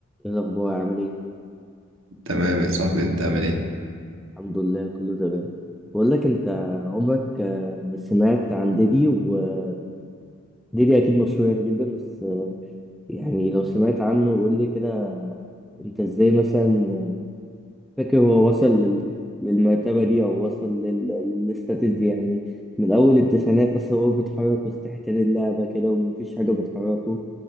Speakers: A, in the centre; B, on the right (about 65°).
A: ايه الاخبار عامل ايه
B: تمام يا صاحبي انت عامل ايه
A: الحمد لله كله تمام بقول لك انت عمرك آه، سمعت عن ديدي وديدي اكيد مشهور يعني جدا بس آه، يعني لو سمعت عنه قول لي كده انت ازاي مثلا آه، فاكر هو وصل لل... للمرتبه دي او وصل لل... للستاتس دي يعني من اول التسعينات اصلا هو بيتحرك وسط حيتان اللعبه كده ومفيش حاجه بتحركه